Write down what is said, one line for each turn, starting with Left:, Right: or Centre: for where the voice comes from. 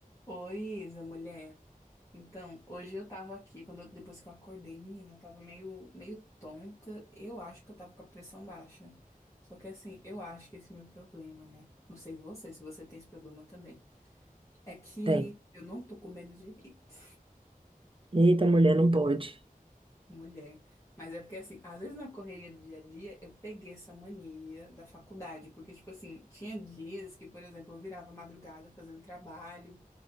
Left: Oi, Isa, mulher. Então, hoje eu tava aqui, quando eu- depois que eu acordei, menina, eu tava meio, meio tonta. Eu acho que eu tava com a pressão baixa. Só que assim, eu acho que esse é meu problema, né? Não sei você, se você tem esse problema também. É que
Right: Tem.
Left: eu não tô comendo direito.
Right: Eita, mulher,
Left: <laughs>
Right: não pode.
Left: Mulher. Mas é porque, assim, às vezes na correria do dia a dia, eu peguei essa mania da faculdade. Porque, tipo assim, tinha dias que, por exemplo, eu virava madrugada fazendo trabalho